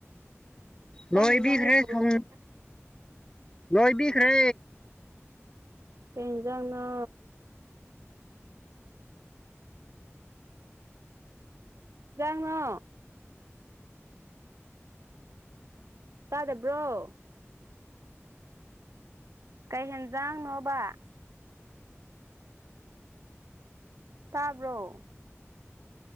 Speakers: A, on the right; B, on the left.
A: ꯆꯥꯛ
B: ꯂꯣꯏꯕꯤꯈ꯭ꯔꯦ
A: ꯌꯦꯟꯖꯥꯡꯗꯤ ꯊꯣꯡꯔꯕꯣ
B: ꯊꯣꯡ ꯂꯣꯏꯕꯤꯈ꯭ꯔꯦ
A: ꯀꯩ ꯏꯟꯖꯥꯡꯅꯣ ꯖꯥꯡꯅꯣ ꯇꯥꯗꯕ꯭ꯔꯣ ꯀꯩ ꯍꯦꯟꯖꯥꯡꯅꯣꯕ ꯇꯥꯕ꯭ꯔꯣ